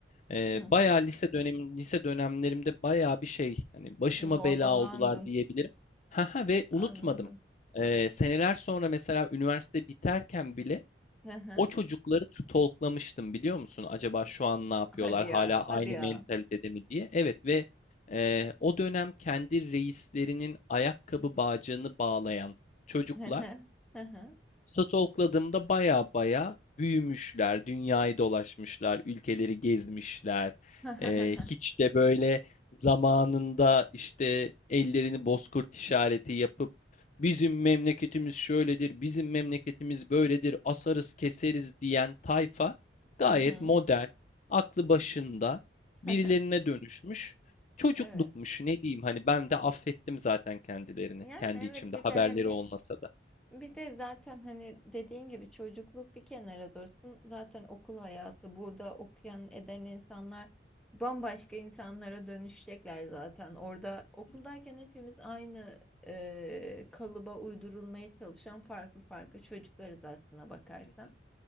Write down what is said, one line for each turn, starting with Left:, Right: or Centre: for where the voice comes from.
Left: Eee
Centre: Hı hı.
Left: bayağı lise dönem lise dönemlerimde bayağı bir şey hani başıma
Centre: Zorbalandın.
Left: bela oldular diyebilirim. <laughs> Ha ha ve unutmadım.
Centre: Anladım.
Left: Eee, seneler sonra mesela üniversite biterken bile
Centre: Hı hı.
Left: o çocukları stalklamıştım biliyor musun? Acaba şu an ne yapıyorlar?
Centre: Hadi
Left: Hala
Centre: ya,
Left: aynı
Centre: hadi ya.
Left: mentalitede mi diye. Evet ve eee, o dönem kendi reislerinin ayakkabı bağcığını bağlayan çocuklar
Centre: Hı hı. Hı hı.
Left: Stalkladığımda baya baya büyümüşler, dünyayı dolaşmışlar, ülkeleri gezmişler.
Centre: Hı hı.
Left: Ee, hiç de böyle zamanında işte ellerini bozkurt işareti yapıp bizim memleketimiz şöyledir, bizim memleketimiz böyledir, asarız keseriz diyen tayfa gayet
Centre: Hı hı.
Left: modern, aklı başında birilerine
Centre: Hı hı.
Left: dönüşmüş. Çocuklukmuş
Centre: Evet.
Left: ne diyeyim hani ben de affettim zaten kendilerini
Centre: Yani
Left: kendi
Centre: evet
Left: içimde
Centre: bir
Left: haberleri
Centre: de hani
Left: olmasa da.
Centre: bir de zaten hani dediğin gibi çocukluk bir kenara dursun. Zaten okul hayatı burada okuyan eden insanlar bambaşka insanlara dönüşecekler zaten. Orada okuldayken
Left: Hı hı,
Centre: hepimiz aynı e, kalıba uydurulmaya çalışan farklı farklı çocuklarız aslına bakarsan.
Left: hı hı,